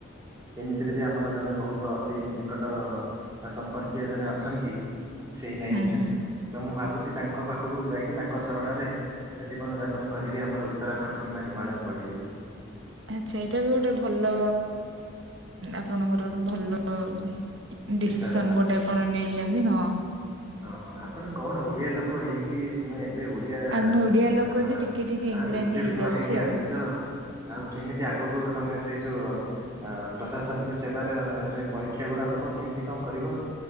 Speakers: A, on the right (about 15°); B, on the right (about 70°).
A: ଏମିତିରେ ବି ଆମର ଜଣେ ବହୁତ ଅତି ନିକଟ। ସମ୍ପର୍କୀୟ ଜଣେ ଅଛନ୍ତି ସେଇ ଲାଇନ
B: ହୁଁ
A: ରେ।
B: ହୁଁ
A: ତ ମୁଁ ଭାବୁଛି ତାଙ୍କ ପାଖକୁ ଯାଇକି ତାଙ୍କ ଶରଣରେ ଜୀବନ ଯାପନ କରିବି ଆମର। ଉତ୍ତରାଖଣ୍ଡ କିମ୍ବା ହିମାଳୟ ପଳେଇବି।
B: ଆଛା ଏଇଟା ବି ଗୋଟେ ଭଲ ଆପଣଙ୍କର ଗୋଟେ ଭଲ ଉମ୍।
A: ଚିନ୍ତାଧାରା
B: ଡିସିସନ ଗୋଟେ ଆପଣ ନେଇଛନ୍ତି ହଁ।
A: ହଁ ହଁ ଆପଣ କଣ ଓଡିଆ ଲୋକ ହେଇକି। କି ତୁମେ ଏବେ ଓଡିଆ ହାଁ
B: ଆମେ ଓଡିଆ ଲୋକ ଯେ ଟିକେ ଟିକେ ଇଂରାଜୀ
A: ଉତ୍ତୀର୍ଣ
B: ହେଇଯାଉଛି
A: ହେଇକି
B: ଆଉ।
A: ଆସିଛ। ଆଉ କେମିତି ଆଗକୁ ତମେ ସେଇ ଯୋଉ। ଆ ପ୍ରଶାସନିକ ସେବାର ରେ ପରୀକ୍ଷା ଗୁଡା ଦବ କେମିତି କଁ କରିବ।